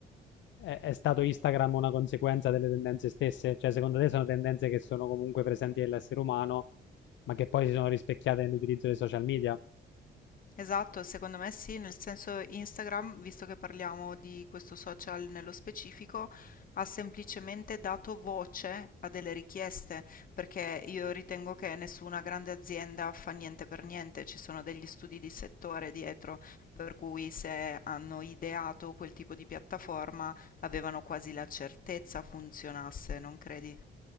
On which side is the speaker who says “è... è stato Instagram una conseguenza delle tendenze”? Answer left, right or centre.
Left